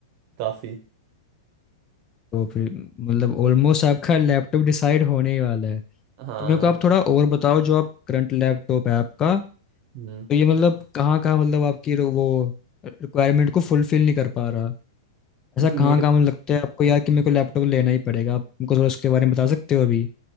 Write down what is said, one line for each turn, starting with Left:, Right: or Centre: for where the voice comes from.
Right: काफ़ी
Left: तो फिर मतलब ऑलमोस्ट आपका लैपटॉप डिसाइड होने ही वाला है
Right: हाँ
Left: तो मेरे को आप थोड़ा और बताओ जो आप करंट लैपटॉप है आपका तो
Right: हम्म,
Left: ये मतलब कहाँ कहाँ मतलब आपकी रो- वो रिक्वायरमेंट को फुलफिल नहीं कर पा रहा
Right: <laughs>
Left: ऐसा
Right: मेरे
Left: कहाँ कहाँ मतलब लगता है आपको यार कि मेरे को लैपटॉप लेना ही पड़ेगा आप हमको थोड़ा उसके बारे में बता सकते हो अभी